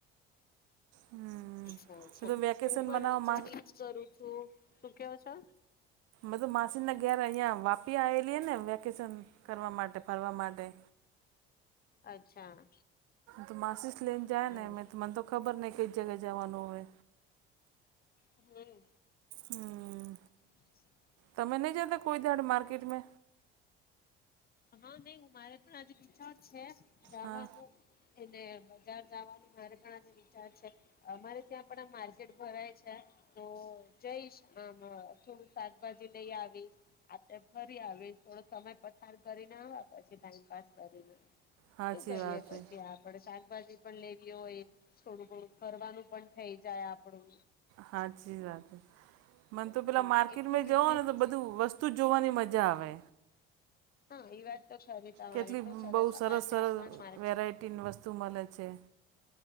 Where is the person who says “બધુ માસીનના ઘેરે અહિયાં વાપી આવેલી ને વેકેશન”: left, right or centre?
Right